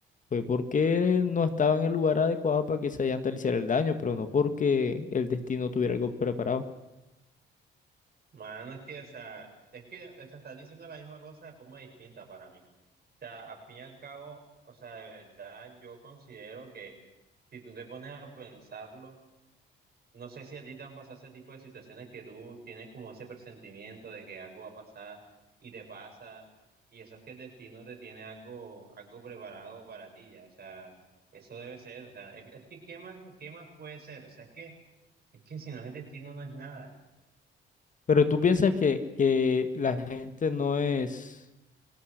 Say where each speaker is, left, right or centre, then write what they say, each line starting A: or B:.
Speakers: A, on the left (about 40°); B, on the right (about 55°).
A: fue porque no estaba en el lugar adecuado para que esa llanta le hiciera el daño, pero no porque el destino tuviera algo preparado.
B: Mano, es que, o sea, es que o sea, estás diciendo la misma cosa de forma distinta para mí. O sea, al fin y al cabo, o sea, de verdad, yo considero que si tú te pones a pensarlo, No sé si a ti te han pasado ese tipo de situaciones que tú tienes como ese presentimiento de que algo va a pasar y te pasa, y eso es que el destino te tiene algo, algo preparado para ti ya, o sea, eso debe ser, o sea, es, es que ¿qué más, qué más puede ser? O sea, es que, es que si no es el destino no es nada.
A: Pero tú piensas que, que la gente no es,